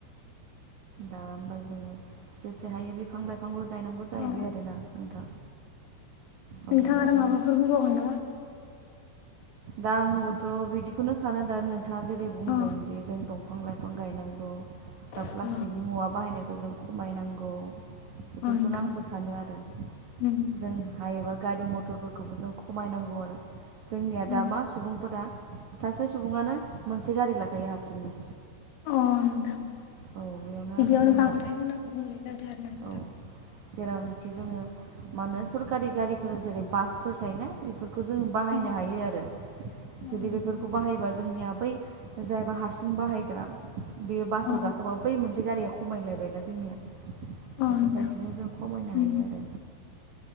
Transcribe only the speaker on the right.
दा होमबा जोङो जेसे हायो बिफां लाइफांबो गायनांगौ जाहैबाय
आरोना नोंथां। अब्लाना
जों
दा आंबोथ' बिदिखौनो सानो दा नोंथाङा जेरै बुंदों
दि जों दंफां लाइ फां गायनांगौ बा
प्लास्टिकनि मुवा बाहायनायखौ जों खमायनांगौ। बेफोरखौनो
आंबो सानो आरो
जों हायोबा गारि मथरफोरखौबो जों खमायनांगौ आरो जोंनिया दा
मा सुबुंफोरा सासे सुबुङानो मोनसे गारि लाखायो हारसिंनो।
औ बेयावनो
आरो जोंनिया
औ जेरावनोखि जोङो मा होनो सरकारि गारिफोर जेरै बासफोर थायोना बेफोरखौ जोङो बाहायनो
हायो आरो
जुदि बेफोरखौ बाहायोबा जोंनिया बै जायबा हारसिं बाहायग्रा बेयो बासाव
गाखोबा बै मोनसे गारिया खमायलायबायना जोंनिया।
बेफोरबायदिनो
जों खमायनो
हायो आरो।